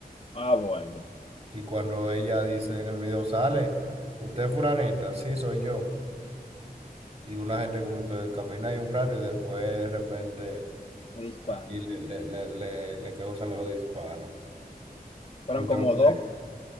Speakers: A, on the left (about 40°); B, on the right (about 40°).
A: Ah, bueno,
B: y cuando ella dice en el video sale, usted es fulanita, sí soy yo. Y una gente como que camina ahí un rato y después de repente
A: que disparo.
B: ahí le, le, le, le, le causan los disparos.
A: Fueron
B: Entonces,
A: como dos.